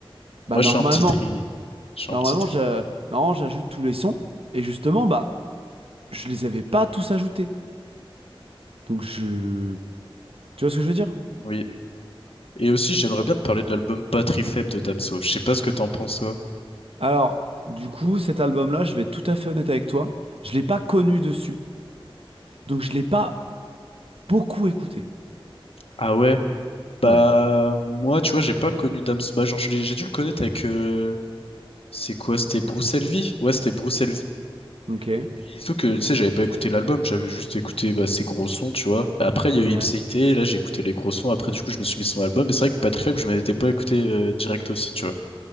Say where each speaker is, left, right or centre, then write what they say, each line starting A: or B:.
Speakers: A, on the right; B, on the left.
A: Bah
B: Moi,
A: normalement,
B: je fais un petit tri. Je fais
A: normalement,
B: un petit tri.
A: je, normalement, j'ajoute tous les sons et justement, bah je les avais pas tous ajoutés. Donc je, tu vois ce que je veux dire?
B: Oui. Et aussi, j'aimerais bien te parler de l'album Batterie faible de Damso. Je sais pas ce que t'en penses, toi.
A: Alors du coup, cet album-là, je vais être tout à fait honnête avec toi, je l'ai pas connu dessus, donc je l'ai pas beaucoup écouté.
B: Ah ouais? Bah,
A: Ouais.
B: moi, tu vois, j'ai pas connu Damso. Bah, genre, je l'ai- j'ai dû le connaître avec, euh, c'est quoi? C'était Bruce Elvie? Ouais, c'était Bruce
A: Ok.
B: Et puis, sauf que, tu sais, j'avais pas écouté l'album, j'avais juste écouté bah, ses gros sons, tu vois. Après, il y a eu
A: Ouais.
B: Ipséité, là, j'ai écouté les gros sons, après, du coup, je me suis mis son album. Et c'est vrai que Battery Faible, je m'étais pas écouté euh, direct aussi, tu vois.